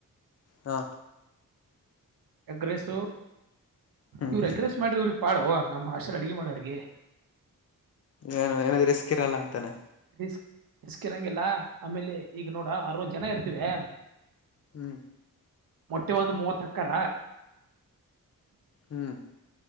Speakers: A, on the left; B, on the right.
A: ಹಾ
B: ಅಗ್ರೆಸ
A: ಹ್ಮ್
B: ಇವ್ರ ಅಗ್ರೆಸ್ ಮಾಡ್ರಿ ಇವ್ರ ಪಾಡುವ ನಮ್ಮ್ ಹಷೆಲ್ ಅಡ್ಗೆ ಮಾಡೋರ್ಗೆ
A: ಏ ಏನಾದ್ ರಿಸ್ಕ್ ಇರಲ್ಲ ಅಂತಾನೆ
B: ರಿಸ್ ರಿಸ್ಕ್ ಇರಂಗಿಲ್ಲ ಆಮೇಲೆ ಈಗ ನೋಡ ಅರವತ್ತು ಜನ ಇರ್ತಿವೆ
A: ಹ್ಮ್
B: ಮೊಟ್ಟೆ ಒಂದು ಮೂವತ್ತಕ್ಕರ
A: ಹ್ಮ್